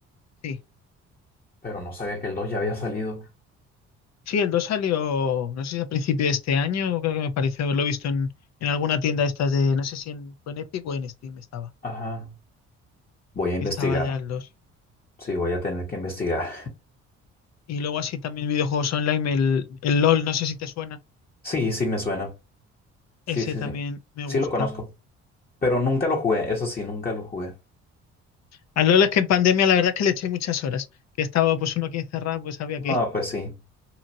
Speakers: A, on the left; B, on the left.
A: Sí.
B: pero no sabía que el 2 ya había salido.
A: Sí, el dos salió, no sé si a principio de este año, creo que me pareció haberlo visto en, en alguna tienda de estas de, no sé si en, fue en Epic o en Steam estaba,
B: Ajá. Voy a investigar.
A: que estaba ya el dos
B: Sí, voy a tener que investigar.
A: Y luego así también videojuegos online, el, el LOL, no sé si te suena.
B: Sí, sí me suena. Sí,
A: Ese
B: sí,
A: también
B: sí.
A: me gusta.
B: Sí lo conozco, pero nunca lo jugué. Eso sí, nunca lo jugué.
A: Al LOL es que en pandemia la verdad es que le eché muchas horas. Que estaba pues uno aquí encerrado, pues había
B: No,
A: que... <laughs>
B: pues sí.